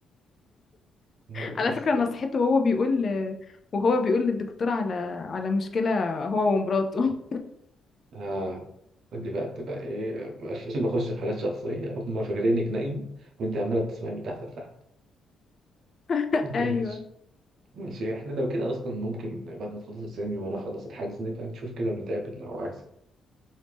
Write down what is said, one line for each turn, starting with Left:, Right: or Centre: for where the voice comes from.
Right: آه،
Left: على
Right: بس
Left: فكرة انا صحيت وهو بيقول وهو بيقول للدكتور على على مشكلة هو ومراته
Right: آه دي بقى بتبقى ايه عشان بخش في حاجات شخصية هم فاكرينك نايم وانت عمالة بتسمعي من تحت لتحت
Left: <laughs>
Right: ماشي
Left: ايوه
Right: ماشي احنا لو كده اصلا ممكن بعد ما تخلص الثاني وانا اخلص الحجز نبقى نشوف كده ونتقابل لو عايز